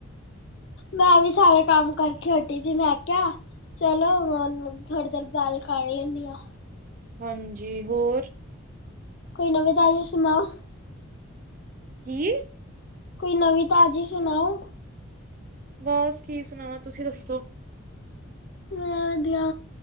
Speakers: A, on the left; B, on the right.
A: ਮੈਂ ਵੀ ਸਾਰੇ ਕੰਮ ਕਰਕੇ ਹਟੀ ਸੀ ਮੈਂ ਕਿਹਾ ਚਲੋ ਹੁਣ ਥੋੜੀ ਦੇਰ ਗੱਲ ਕਰ ਲੈਂਦੀ ਆ
B: ਹਾਂਜੀ ਹੋਰ
A: ਕੋਈ ਨਵੀਂ ਤਾਜ਼ੀ ਸੁਣਾਓ
B: ਕੀ
A: ਕੋਈ ਨਵੀਂ ਤਾਜ਼ੀ ਸੁਣਾਓ
B: ਬਸ ਕੀ ਸੁਣਾਵਾ ਤੁਸੀਂ ਦੱਸੋ।
A: ਮੈਂ ਵਧੀਆ